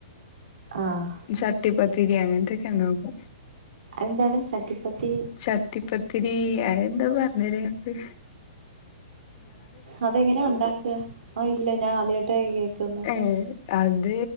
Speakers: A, on the right; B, on the left.
A: ആഹ്
B: ഈ ചട്ടിപ്പത്തിരി അങ്ങനത്തെ ഒക്കെ ഉണ്ടാക്കും
A: അതെന്താണ് ചട്ടിപ്പത്തി
B: ചട്ടി- പത്തിരി അതിന് എന്താ പറഞ്ഞുരു തരുക ഇങ്ങക്ക്
A: അതെങ്ങനെയാ ഒണ്ടാക്കുക ആ ഇല്ല ഞാൻ ആദ്യമായിട്ടാ കേൾക്കുന്നെ
B: ഏ അത്